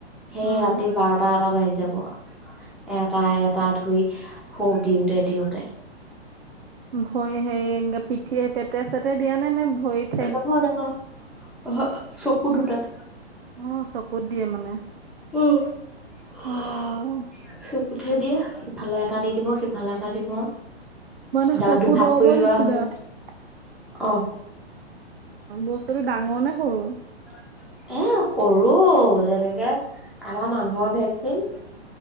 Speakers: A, in the centre; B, on the right.
A: সেই
B: উম
A: ৰাতি বাৰটা, এটা বাজি যাব। এটা- এটা ধুই শো দিওঁতে-দিওঁতে।
B: ভৰি হেৰি পিঠিয়ে পেতে- চেতে দিয়া নে- নে ভৰিত?
A: নহ-নহ অহ, চকু দুটাত।
B: অ, চকুত দিয়ে মানে।
A: উম, <unintelligible>
B: অ',
A: চকুত হে দিয়ে ইফালে এটা দি দিব সিফালে এটা দিব।
B: মানে
A: তাৰপা
B: চকু
A: দুভাগ
B: দৰবৰ
A: কৰি লোৱা
B: নিচিনা?
A: হয়।
B: অ,
A: অ',
B: বস্তুতো ডাঙৰ নে সৰু?
A: <unintelligible> এ সৰু যেনেকে আমাৰ মানুহৰ ভেকচিন।